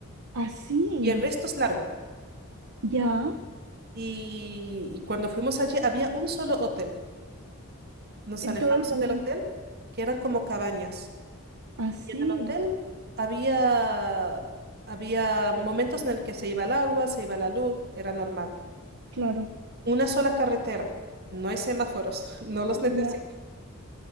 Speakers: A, on the right; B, on the right.
A: Así.
B: y el resto es largo.
A: Ya.
B: Y, y cuando fuimos allí había un solo hotel. Nos
A: En
B: alejamos
A: todo el país.
B: del hotel, que eran como cabañas.
A: Así.
B: Y en el hotel había, había momentos en el que se iba el agua, se iba la luz, era normal.
A: Claro.
B: Una sola carretera, no hay semáforos, <laughs> no los
A: Ya.
B: necesitas.